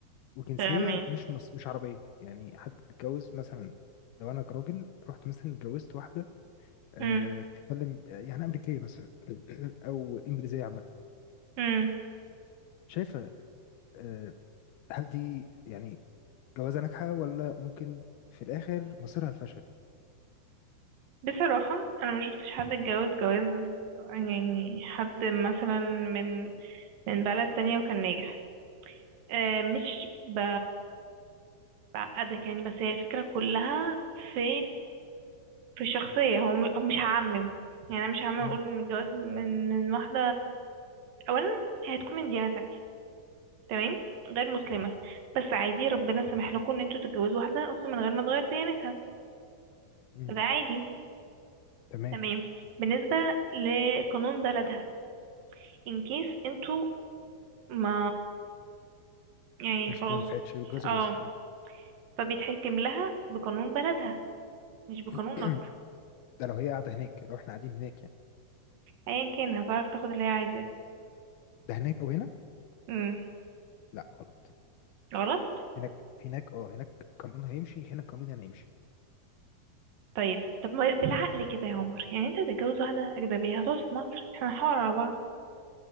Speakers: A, on the left; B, on the right.
A: وجنسيه
B: تمام
A: مش مص... مش عربيه يعني حد اتجوز مثلا لو انا كراجل رحت مثلا اتجوزت واحده آه
B: امم
A: بتتكلم يعني امريكيه مثلا <clears throat> او انجليزيه عامه
B: امم
A: شايفه آه هل دي يعني جواز ناجحة ولا ممكن في الآخر مصيرها الفشل
B: بصراحة انا ما شفتش حد اتجوز جواز يعني حد مثلا من من بلد تانية وكان ناجح أه مش ب... بعقدك يعني بس هي الفكرة كلها في في الشخصية هو م- مش هعمم يعني انا مش هعمم اقول
A: مم.
B: ان الجواز من من واحدة اولا هي هتكون من ديانة تمام غير مسلمة بس عادي ربنا سمح لكم ان انتوا تتجوزوا واحدة اصلا من غير ما تغير ديانتها
A: مم.
B: فده عادي
A: تمام
B: تمام بالنسبة لقانون بلدها ان كيس انتوا ما يعني
A: مش
B: خلاص
A: ما نفعتش والجوازة
B: اه
A: باظت اه
B: فبيتحكم لها بقانون بلدها مش
A: <clears throat>
B: بقانونك
A: ده لو هي قاعدة هناك لو احنا قاعدين هناك يعني
B: ايا كان هتعرف تاخد اللي هي عايزاه
A: ده هناك أو هنا
B: امم
A: لا غلط
B: غلط
A: هناك هناك اه هناك القانون هيمشي هنا القانون هنا هيمشي
B: طيب طب ما بالعقل كده يا عمر يعني انت هتتجوز واحدة أجنبية هتقعد في مصر احنا هنحاور على بعض